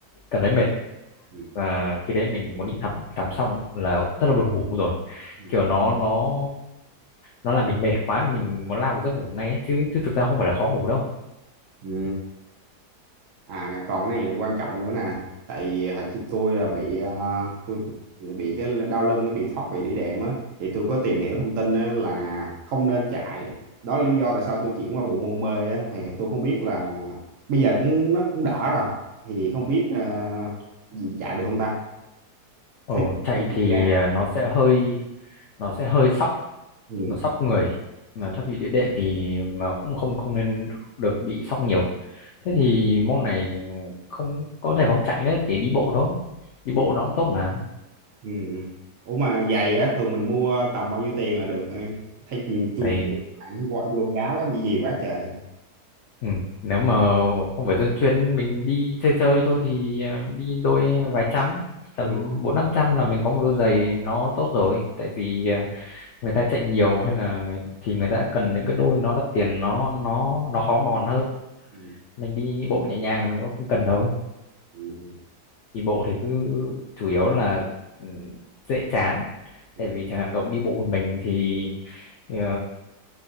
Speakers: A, on the left; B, on the right.
A: cảm thấy mệt
B: Ừ.
A: và khi đấy mình muốn đi tắm tắm xong là rất là buồn ngủ rồi
B: Ừ.
A: kiểu nó nó nó làm mình mệt quá là mình muốn lao vào giấc ngủ ngay ấy. chứ chứ thực ra không phải là khó ngủ đâu
B: Ừ. À, còn cái này quan trọng nữa nè tại vì hồi trước tôi à, bị à, tôi bị cái đau lưng á, bị thoát vị đĩa đệm á thì tôi có tìm hiểu thông tin á, là không nên chạy đó là lý do tại sao tôi chuyển qua bộ môn bơi á thì tôi không biết là bây giờ cũng nó cũng đỡ rồi thì không biết à, gì chạy được không ta
A: Ồ,
B: Thế kinh
A: chạy
B: nghiệm
A: thì
B: của cha.
A: à, nó sẽ hơi nó sẽ hơi sóc
B: ừ.
A: nó sóc người mà
B: Ừ.
A: thoát vị địa đệm thì mà cũng không không nên được bị sóc nhiều thế
B: Ừ.
A: thì môn này thì không có thể không chạy nữa chỉ đi bộ thôi đi
B: Ừ.
A: bộ nó cũng tốt mà
B: Ừ. Ủa mà giày á thường mình mua tầm bao nhiêu tiền là được thấy tôi
A: Này,
B: bạn quá vô giá quá nhiều quá trời
A: ừ, nếu mà không phải dân chuyên mình đi chơi chơi thôi thì ờ, đi đôi vài trăm tầm
B: ừ.
A: bốn năm trăm là mình có một đôi giày nó tốt rồi tại vì ờ, người ta chạy nhiều hay là người, thì người ta cần những cái đôi nó đắt tiền nó nó nó khó mòn hơn
B: ừ.
A: mình đi bộ nhẹ nhàng là mình cũng không cần đâu
B: Ừ,
A: đi bộ thì cứ chủ yếu là ừ, dễ chán
B: ừ,
A: tại vì chẳng hạn cậu đi bộ một mình thì ờ,